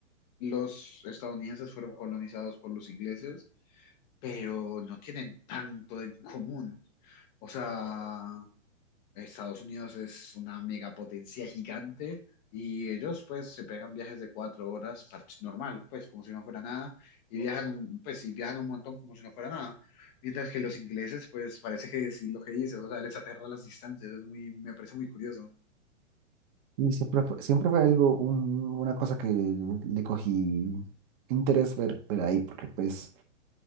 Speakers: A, on the left; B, on the right.
A: los estadounidenses fueron colonizados por los ingleses, pero no tienen tanto en común. O sea, Estados Unidos es una megapotencia gigante y ellos, pues, se pegan viajes de cuatro horas, parch- normal, pues, como si no fuera nada, y viajan, un- pues, y viajan un montón como si no fuera nada. Mientras que los ingleses, pues, parece que sí lo que dices, o sea, les aterra las distancias, es muy, me parece muy curioso.
B: Y siempre fue, siempre fue algo, un- una cosa que le cogí interés ver, ver ahí, porque pues